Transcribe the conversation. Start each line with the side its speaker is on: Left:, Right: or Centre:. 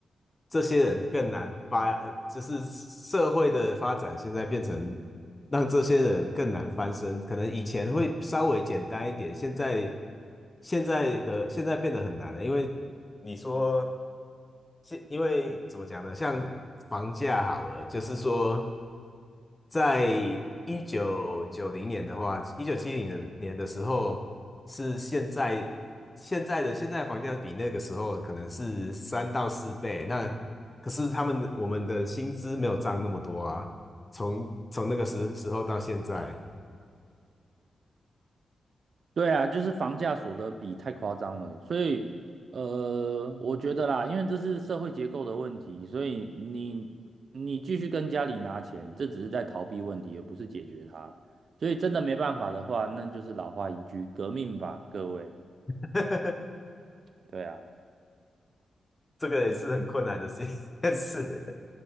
Left: 这些人更难发，呃就是社会的发展现在变成让这些人更难翻身。可能以前会稍微简单一点，现在现在的现在变得很难了，因为你说，现因为怎么讲呢？像房价好了，就是说，在一九九零年的话，一九七零年年的时候，是现在现在的现在房价比那个时候可能是三到四倍。那可是他们的我们的薪资没有涨那么多啊，从从那个时时候到现在，
Right: 对啊，就是房价所得比太夸张了，所以呃，我觉得啦，因为这是社会结构的问题，所以你你继续跟家里拿钱，这只是在逃避问题，而不是解决它。所以真的没办法的话，那就是老话一句，革命吧，各位。
Left: <laughs>
Right: 对啊。
Left: 这个也是很困难的事件事。